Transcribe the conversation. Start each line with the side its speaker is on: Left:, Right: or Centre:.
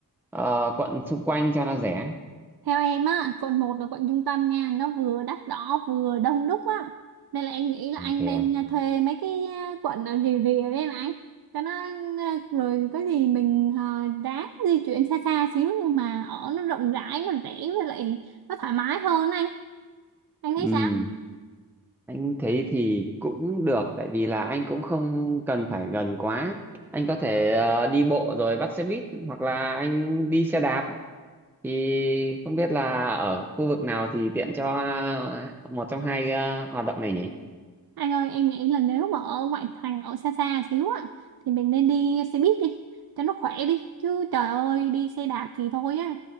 Centre: ờ, quận xung quanh cho nó rẻ.
Right: Theo em á, quận một là quận trung tâm nha, nó vừa đắt đỏ vừa đông đúc á. Nên là em nghĩ là anh
Centre: Thế
Right: nên
Centre: à?
Right: ờ, thuê mấy cái ờ, quận ở rìa rìa đấy em anh. Cho nó ờ, rồi có gì mình ờ, ráng di chuyển xa xa xíu nhưng mà ở nó rộng rãi, nó rẻ với lại nó thoải mái hơn anh. Anh thấy
Centre: Ừ,
Right: sao?
Centre: anh thấy thì cũng được tại vì là anh cũng không cần phải gần quá. Anh có thể ờ, đi bộ rồi bắt xe buýt hoặc là anh đi xe đạp thì không biết là ở khu vực nào thì tiện cho ờ, một trong hai ờ, hoạt động này nhỉ?
Right: Anh ơi, em nghĩ là nếu mà ở ngoại thành, ở xa xa xíu á, thì mình nên đi xe buýt đi, cho nó khỏe đi. Chứ trời ơi, đi xe đạp thì thôi á,